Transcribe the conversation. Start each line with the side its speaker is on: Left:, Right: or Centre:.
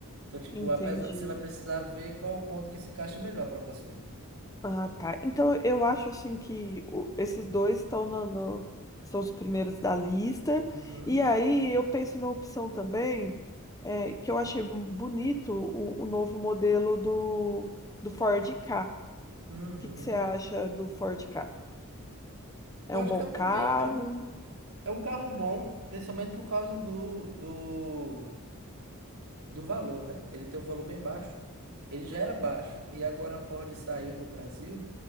Right: Então, tipo,
Left: Entendi.
Right: apesar, você vai precisar ver qual o ponto que se encaixa melhor para você.
Left: Ah, tá. Então eu acho assim que o- esses dois estão na, na- são os primeiros da lista.
Right: Uhum,
Left: E aí eu penso na opção também, eh, que eu achei um bonito o, o novo modelo do, do Ford Ka. O
Right: uhum.
Left: que que você acha do Ford Ka? É
Right: Vodka
Left: um bom
Right: também.
Left: carro?
Right: é É um carro bom, principalmente por causa do, do, do valor, né? Ele tem um valor bem baixo. Ele já era baixo. E agora a Ford saiu do Brasil